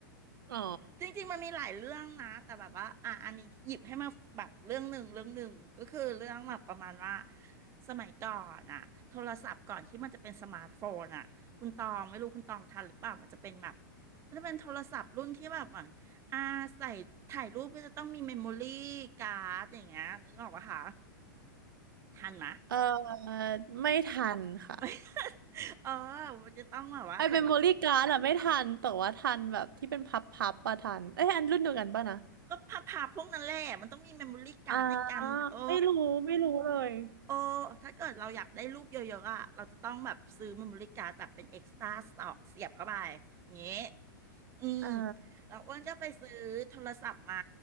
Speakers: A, on the right; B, on the right.
A: อ๋อ
B: จริงๆ มันมีหลายเรื่องนะแต่แบบว่า อ่ะอันนี้หยิบให้มาแบบเรื่องหนึ่งเรื่องหนึ่งก็คือเรื่องแบบประมาณว่าสมัยก่อนอ่ะโทรศัพท์ก่อนที่มันจะเป็นสมาร์ทโฟนอ่ะคุณตองไม่รู้คุณตองทันหรือเปล่ามันจะเป็นแบบมันจะเป็นโทรศัพท์รุ่นที่แบบเหมือนอ่าใส่ถ่ายรูปก็จะต้องมีเมมโมรี่การ์ดอย่างเงี้ยนึกออกปะคะทันไหมะ
A: เออไม่ทันค่ะ
B: <laughs> ไม่ <laughs> เออมันจะต้องแบบว่าถ่ายรูป
A: ไอเป็นโมลี่การ์ดอะไม่ทันแต่ว่าทันแบบที่เป็นพับพับปะทันเอ้ยอันรุ่นเดียวกันปะนะ
B: ก็พับๆพวกนั้นแหละมันต้องมีเมมโมรี่การ์ดในการเออ
A: อ่าไม่รู้ไม่รู้เลย
B: โอ้ถ้าเกิดเราอยากได้รูปเยอะๆอ่ะเราจะต้องแบบซื้อเมมโมรี่การ์ดแบบเป็นเอ็กซ์ตร้าเสียบเข้าไปอย่างเงี้ยอืม
A: อ่า
B: แล้วอ้วนก็ไปซื้อโทรศัพท์มา